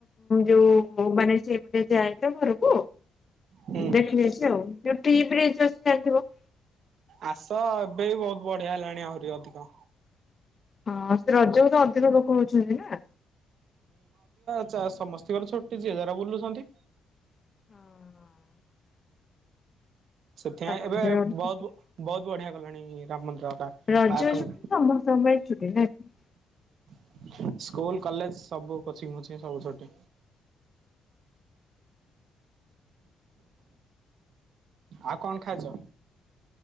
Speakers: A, on the left; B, on the right.
A: ଯୋଉ ମାନେ ସେ ପଟେ ଯାଏ ତ ଘର କୁ ମୁ
B: ହୁଁ
A: ଦେଖି ଦେଇଛି ଆଉ। ଚାଣିଥିବ <unintelligible>
B: ଆସ ଏବେ ବହୁତ ବଢିଆ ହେଲାଣି ଆହୁରି ଅଧିକ।
A: ହଁ ସେ ରଜକୁ ତ ଅଧିକ ଲୋକ ହଉଛନ୍ତି ନା
B: ସ ସମସ୍ତିଙ୍କର ଛୁଟି ଯିଏ ଯାର ବୁଲୁଛନ୍ତି।
A: ହଁଅ।
B: ସେଥିପାଇଁ ଏବେ
A: ରଜ ଛୁଟି
B: ବହୁତ ବହୁତ ବଢିଆ ଗଲାଣି ରାମ ମନ୍ଦିର ଟା
A: ରଜ
B: ପାର୍କ ହୁଁ
A: ଛୁଟି ସମସ୍ତଙ୍କ ପାଇ ଛୁଟି ନା କି
B: <inaudible> ସ୍କୁଲ କଲେଜ୍ ସବୁ କୋଚିଂ ବୋଚିଂ ସବୁ ସେଠି ଆଉ କଣ ଖାଇଛ?